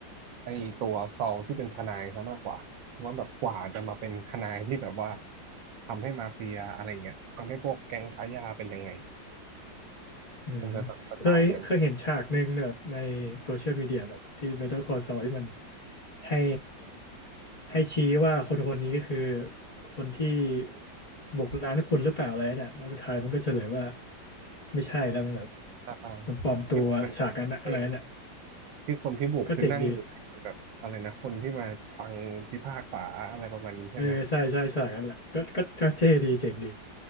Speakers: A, on the right; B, on the left.
A: ไอตัวซอลที่เป็นทนายซะมากกว่าว่าแบบกว่าจะมาเป็นทนายที่แบบว่าทำให้มาเฟียอะไรเงี้ยทำให้พวกแก๊งค้ายาเป็นยังไง
B: อืม
A: มันจะแบบสไตล์นั้น
B: เคยเคยเห็นฉากหนึ่งแบบในโซเชียลมีเดียแบบที่ Better Call Saul ที่มันให้ให้ชี้ว่าคนคนนี้คือคนที่บุกร้านคุณหรือเปล่าอะไรเนี่ยแล้วสุดท้ายมันก็เฉลยว่าไม่ใช่แล้วมันแบบ
A: อ่าอ่า
B: มันปลอมตัวฉากนั้นน่ะอะไรน่ะ
A: ที่มันเออที่คนที่บุกคือนั่งอยู่ในแบบอะไรนะคนที่มาฟังพิพากษาอะไรประมาณนี้ใช่ไหม
B: ก็เจ๋งดีเออใช่ใช่ฉากนั้นแหละก็ก็ก็เท่ดีเจ๋งดี